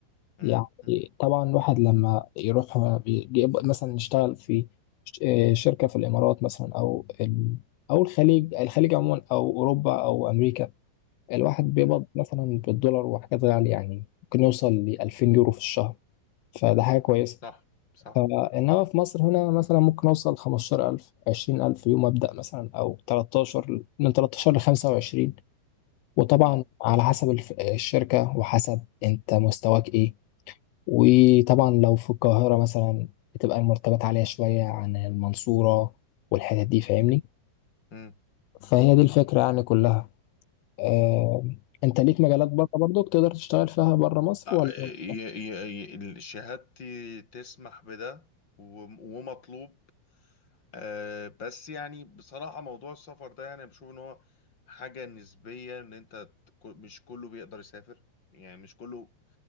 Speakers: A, on the left; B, on the left.
A: امم
B: يعني طبعا الواحد لما يروح يبقى مثلا يشتغل في ش- آه، شركه في الامارات مثلا او ال... او الخليج الخليج عموما او اوروبا او امريكا الواحد بيقبض
A: امم
B: مثلا بالدولار وحاجات غاليه يعني ممكن يوصل ل 2000 يورو في الشهر فده حاجه كويسه
A: صح صح
B: فإنما في مصر هنا مثلا ممكن أوصل 15000 20000 يوم أبدأ مثلا أو 13 من 13 ل 25 وطبعا
A: امم
B: على حسب الف- الشركة وحسب أنت مستواك إيه وطبعا لو في القاهرة مثلا بتبقى المرتبات عالية شوية عن المنصورة والحتت دي فاهمني
A: امم
B: فهي دي الفكرة يعني كلها آه، أنت ليك مجالات بره برضك تقدر تشتغل فيها بره مصر
A: آه،
B: ولا
A: ي- ي- ي- شهادتي تسمح بده وم- ومطلوب آه، بس يعني بصراحة موضوع السفر ده يعني بشوف ان هو حاجة نسبية ان انت ت- مش كله بيقدر يسافر يعني مش كله